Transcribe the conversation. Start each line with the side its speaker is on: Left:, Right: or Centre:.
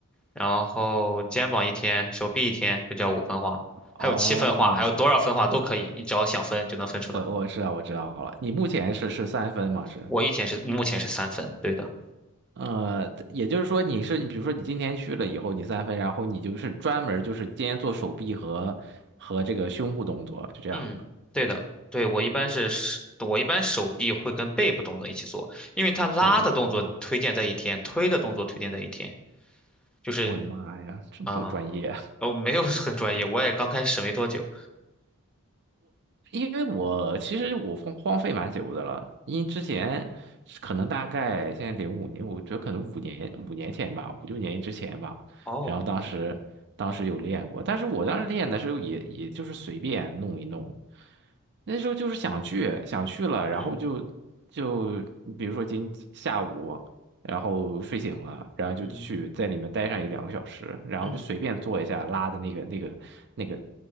Centre: 然后肩膀一天，手臂一天，这叫五分化。
Right: 哦，
Centre: 还有七分化，还有多少分化都可以，你只要想分就能分出来。
Right: 我我知道我知道了。你目前是是三分嘛？是
Centre: 我以前是目前是三分，对的，
Right: 呃，也就是说你是你，比如说你今天去了以后，你三分，然后你就是专门就是今天做手臂和和这个胸部动作，就这样。
Centre: 嗯，对的，对我一般是手，我一般手臂会跟背部动作一起做，因为它拉的动作推荐在一天，
Right: 手臂，啊。
Centre: 推的动作推荐在一天，就是
Right: 我的妈呀，这么这么专业啊，
Centre: 啊，呃我没有很专业，我也刚开始没多久。
Right: 因为我其实我荒荒废蛮久的了，因为之前是可能大概现在零五年，我觉得可能五年五年前吧，五六年之前吧。
Centre: 哦，
Right: 然后当时当时有练过，但是我当时练的时候也也就是随便弄一弄，那时候就是想去想去了，然后就就比如说今下午，
Centre: 嗯
Right: 然后睡醒了，然后就去在里面待上一两个小时，
Centre: 嗯
Right: 然后就随便做一下拉的那个那个那个，
Centre: 嗯，